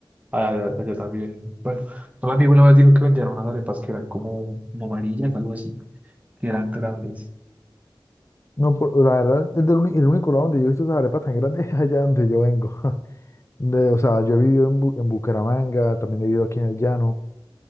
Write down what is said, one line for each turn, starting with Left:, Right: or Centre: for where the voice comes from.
Right: allá, allá también. Bueno, un amigo una vez dijo que vendían unas arepas que eran como, como amarillas, algo así, que eran grandes.
Left: No, pu- la verdad, es del uni- el único lado donde yo he visto esas arepas tan grandes <laughs> es allá donde yo vengo. <laughs> De- o sea, yo he vivido en, Bu- en Bucaramanga, también he vivido aquí en el Llano.